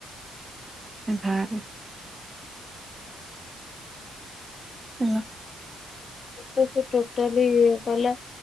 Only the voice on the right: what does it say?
ସେ ଭ ହାଲୋ!